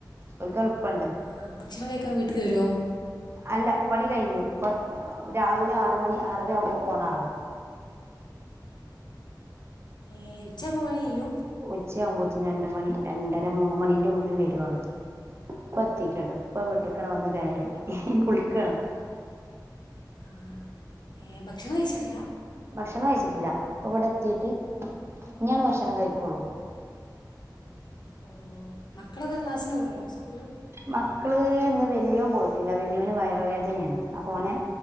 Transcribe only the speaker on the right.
ഓൽക്ക് എളു പ്പണ്ട്
അല്ല പണി കഴിഞ്ഞു ഇപ്പൊ രാവിലെ ആറ് മണി ആറര ആവുമ്പോ പോണ ആള
ഉച്ചയാകുമ്പോത്തന് രണ്ട് മണി രണ്ടര മൂന്ന മണിന്റ ഉള്ളില് വരുവാള് ഇപ്പ എത്തിട്ടുണ്ട് ഇപ്പ വീട്ടിക്കണ് വന്ന് കയറി
ഹ് ഹ്കുളിക്കണ
ഭക്ഷണം കഴിച്ചിട്ടില്ല അപ്പൊ ഇവിടെ എത്തിട്ട് നിഞ്ഞാണ് ഭക്ഷണം കഴിക്കോള്ളൂ
മക്കള് ഇന്ന് വല്യോൻ പോയിട്ടില്ല വല്യോന് വയറ് വേദനയാണ് അപ്പ ഓനെ